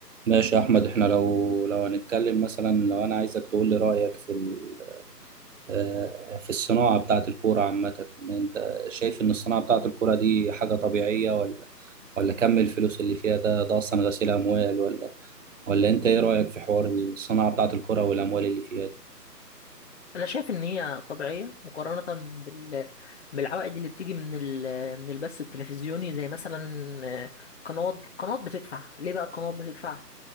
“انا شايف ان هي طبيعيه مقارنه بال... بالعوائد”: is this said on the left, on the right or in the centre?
Left